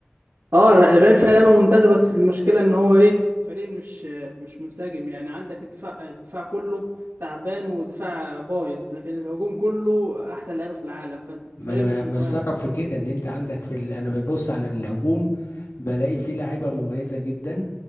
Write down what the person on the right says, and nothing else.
اه الر- الريال فيها لعبه ممتازه بس المشكله ان هو ايه فريق مش مش منسجم يعني عندك الدفاع الدفاع كله تعبان ودفاع بايظ لكن الهجوم كله احسن لعيبه في العالم فالفريق
مش
متوازن